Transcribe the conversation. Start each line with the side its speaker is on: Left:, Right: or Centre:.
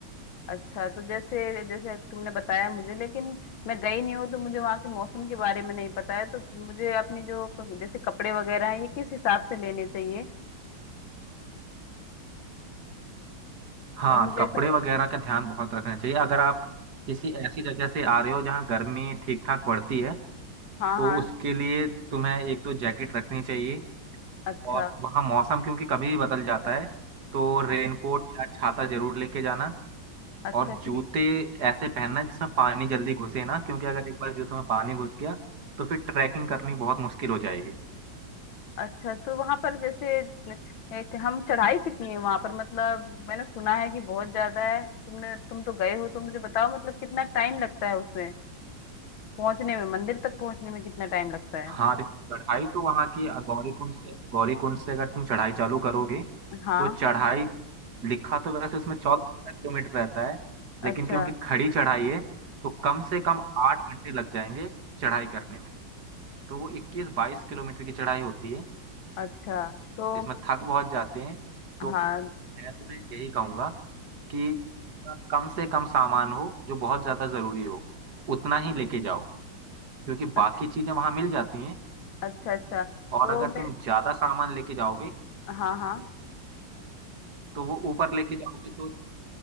Left: अच्छा तो जैसे जैसे तुमने बताया मुझे लेकिन मैं गई नहीं हूँ तो मुझे वहाँ के मौसम के बारे में नहीं पता है तो मुझे अपनी जो क- जैसे कपड़े वगैरह हैं ये किस हिसाब से लेने चाहिए
Right: हाँ
Left: और मुझे
Right: कपड़े
Left: ऐसा
Right: वगैरह का ध्यान बहुत रखना चाहिए अगर आप किसी ऐसी जगह से आ रहे हो जहाँ गर्मी ठीक ठाक पड़ती है
Left: हाँ
Right: तो
Left: हाँ
Right: उसके लिए तुम्हें एक दो जैकेट रखनी चाहिए
Left: अच्छा
Right: और वहाँ मौसम क्योंकि कभी भी बदल जाता है तो रेनकोट
Left: अ-
Right: या छाता जरूर लेके जाना
Left: अच्छा
Right: और जूते
Left: ठीक
Right: ऐसे पहनना जिसमें पानी जल्दी घुसे ना क्योंकि अगर एक बार जूते में पानी घुस गया तो फिर ट्रैकिंग करनी बहुत मुश्किल हो जाएगी
Left: अच्छा तो वहां पर जैसे एक हम चढ़ाई कितनी है वहां पर मतलब मैंने सुना है कि बहुत ज्यादा है तुमने तुम तो गए हो तो मुझे बताओ मतलब कितना टाइम लगता है उसमें पहुंचने में मंदिर तक पहुंचने में कितना टाइम लगता है
Right: हाँ देखो चढ़ाई तो वहाँ की गौरी कुंड से गौरी कुंड से अगर तुम चढ़ाई चालू करोगे
Left: हाँ
Right: तो चढ़ाई लिखा तो वैसे उसमें चौदह पंद्रह किलोमीटर रहता है
Left: अच्छा
Right: लेकिन क्योंकि खड़ी चढ़ाई है तो कम से कम आठ घंटे लग जाएंगे चढ़ाई करने में तो वो इक्कीस बाईस किलोमीटर की चढ़ाई होती है
Left: अच्छा तो
Right: इसमें थक बहुत जाते हैं तो
Left: हाँ
Right: मैं तुम्हें यही कहूंगा कि कम से कम सामान हो जो बहुत ज्यादा जरूरी हो उतना ही लेके जाओ क्योंकि
Left: अच्छा
Right: बाकी चीजें वहां मिल जाती हैं
Left: अच्छा अच्छा
Right: और
Left: तो
Right: अगर
Left: मैं
Right: तुम ज्यादा सामान लेके जाओगे
Left: हाँ हाँ
Right: तो वो ऊपर लेके जाओगे तो